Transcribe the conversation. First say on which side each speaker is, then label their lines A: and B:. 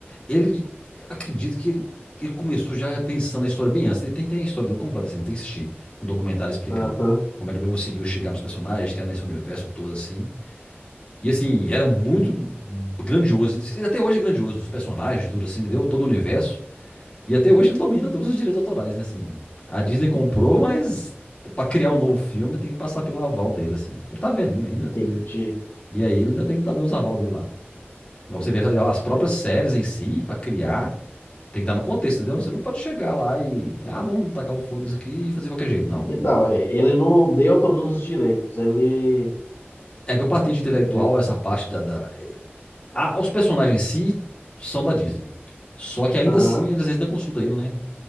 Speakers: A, on the left; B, on the left.
A: Ele. Acredito que ele, que ele começou já pensando na história bem antes. Tem, tem a história dele completa, assim. Tem que assistir um documentário explicando
B: Aham,
A: como é que ele conseguiu chegar nos personagens, que era nesse universo todo, assim. E assim, era muito grandioso. E até hoje é grandioso. Os personagens, tudo assim, entendeu? Todo o universo. E até hoje ele domina todos os direitos autorais, né? Assim, a Disney comprou, mas pra criar um novo filme tem que passar pelo aval dele, assim. Ele tá velhinho ainda.
B: entendi.
A: E aí ele ainda tem que dar uns aval dele lá. Igual você vê as próprias
B: Ele-
A: séries em si, pra criar, tem que estar no contexto, entendeu? Você não pode chegar lá e. Ah, vamos tacar o foda-se aqui e fazer de qualquer jeito. Não.
B: então,
A: Tem-
B: é, ele não deu todos os direitos. Ele,
A: É que o patente intelectual,
B: ele,
A: essa parte da. da- Ah, os personagens em si são da Disney. Só que ainda
B: aham.
A: assim, eles ainda consultam ele, né?